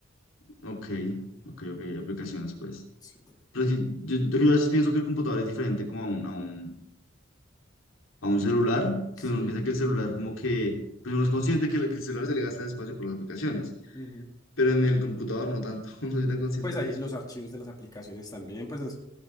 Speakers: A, on the left; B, on the left.
A: Ok, ok, ok. Aplicaciones, pues.
B: Sí.
A: Pero es que yo, yo a veces pienso que el computador es diferente como a un, a un, a un celular.
B: Sí.
A: Que uno piensa que el celular, como que. Pues uno es consciente que, el- que el celular se le gasta espacio por las aplicaciones.
B: ujú.
A: Pero en el computador no tanto. <laughs> No soy tan consciente
B: Pues hay
A: de eso.
B: los archivos de las aplicaciones también, pues es